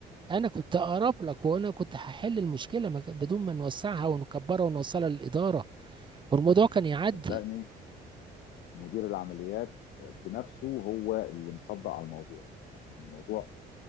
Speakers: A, on the right; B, on the left.
A: انا كنت اقرب لك وانا كنت هحل المشكله ما كان- بدون ما نوسعها ونكبرها ونوصلها للاداره والموضوع كان يعدي
B: صدقني مدير العمليات بنفسه هو اللي مصدق على الموضوع يعني الموضوع